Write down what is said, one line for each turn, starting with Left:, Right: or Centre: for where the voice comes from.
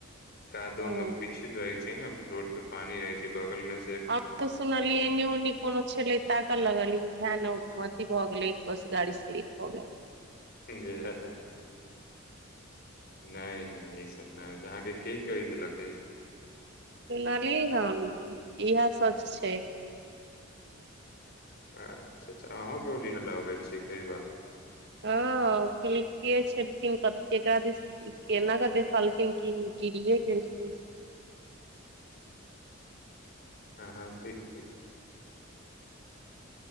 Left: कादो
Right: हँ
Left: मे पितर र छै ना रोड पे पानी रहै छै बगल मे
Right: अब त सुनलिए एनिउनि कोनो छले ताकऽ लगल ई ध्यान अथी भऽ गेलै बस गाड़ी स्लीप क गएल
Left: ज <unintelligible> <unintelligible> नइ नइ ऐसन ना अहाँके के कहि देलक अइ
Right: सुनलियै हम इएह सच छै
Left: अच्छा अच्छा अहूं के औरि हल्ला हो गेल छै कई बात
Right: हँ हम कहलिए के छै केकरा दिस केना क देखलखिन कि गिरीए गेलखिन
Left: हँ हँ ठीक ठीक <unintelligible>